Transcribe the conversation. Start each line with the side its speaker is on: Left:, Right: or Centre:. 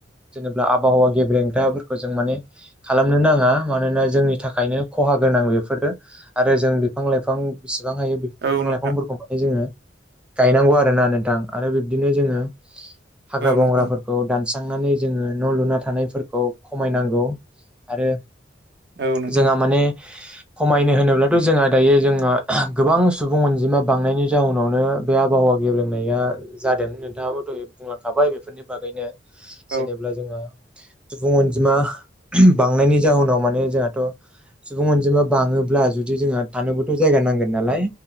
Centre: जेनेबा आबहावा गेब्रेंग्राफोरखौ जों माने खालामनो नाङा। मानोना जोंनि थाखायनो खहा गोनां बेफोरो आरो जों बिफां -लाइफां बेसेबां हायो बिफां
Right: औ
Centre: -लाइफांफोरखौ माने जोङो गायनांगौ आरोना नोंथां आरो बिब्दिनो जोङो हाग्रा बंग्राफोरखौ
Right: नोंथां
Centre: दानस्रांनानै जोङो न' लुना थानायफोरखौ खमायनांगौ। आरो
Right: औ
Centre: जोंहा
Right: नोंथां
Centre: माने खमायनो होनोब्लाथ' जोंहा दायो जोंहा गोबां सुबुं अनजिमा बांनायनि जााहोनावनो बे आबहावा गेब्रेंनाया जादों। नोंथाङाबो बुंलांखाबाय बेफोरनि बागैनो
Right: औ
Centre: जेनेबा जोंङो सुबुं अनजिमा बांनायनि जाहोनाव माने जोंहाथ सुबुं अनजिमा बाङोब्ला जुदि जोंहा थानोबोथ' जायगा नांगोन। नालाय